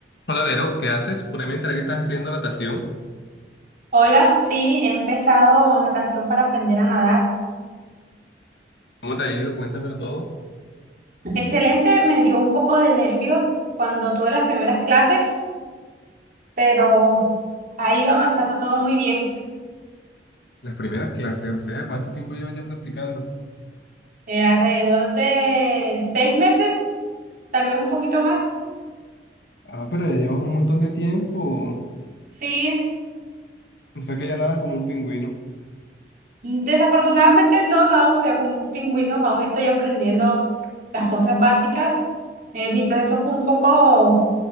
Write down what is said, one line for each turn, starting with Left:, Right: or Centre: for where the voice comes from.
Left: Hola Vero, ¿qué haces? Por ahí me enteré que estás haciendo natación.
Right: Hola, sí, he empezado natación para aprender a nadar.
Left: ¿Cómo te ha ido? Cuéntamelo todo.
Right: Excelente, me dio un poco de nervios cuando tuve las primeras clases, pero ha ido avanzando todo muy bien.
Left: Las primeras clases, o sea, ¿cuánto tiempo llevas ya practicando?
Right: Eh, alrededor de seis meses, tal vez un poquito más.
Left: Ah, pero ya llevas un montón de tiempo.
Right: Sí,
Left: O sea que ya nadas como un pingüino.
Right: desafortunadamente no nado todavía como un pingüino, aún estoy aprendiendo las cosas básicas. Eh, mi proceso fue un poco